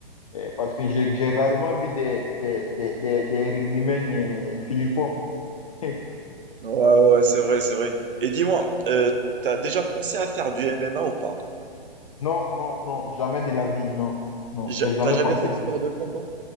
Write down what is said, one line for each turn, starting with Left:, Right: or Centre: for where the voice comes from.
Left: euh, parce que j'ai j'ai rarement vu des, des, des, des, des rugbymen euh, filiformes. <laughs>
Right: ouais ouais, c'est vrai, c'est vrai. Et dis-moi, euh, t'as déjà pensé à faire du MMA ou pas?
Left: Non, non, non, jamais de la vie, non. Non,
Right: Ja-
Left: j'ai jamais
Right: T'as jamais
Left: pensé.
Right: fait de sport de combat?